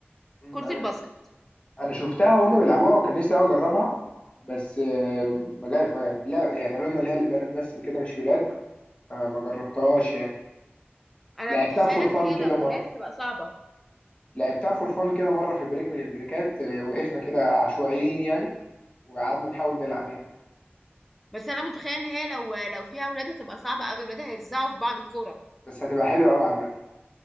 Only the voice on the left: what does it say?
مم.
انا
انا شفتها وهم بيلعبوها وكان نفسي أوي اجربها بس آم، ما جا- ما- لا يعني قالوا لنا اللي هي للبنات بس وكده مش ولاد آه، ما جربتهاش يعني
لعبتها
فور فان
كده
مره
لعبتها فور فان كده مره في بريك من البريكات آه، وقفنا كده عشوائيين يعني وقعدنا نحاول نلعب يعني
بس هتبقى حلوه قوي عامه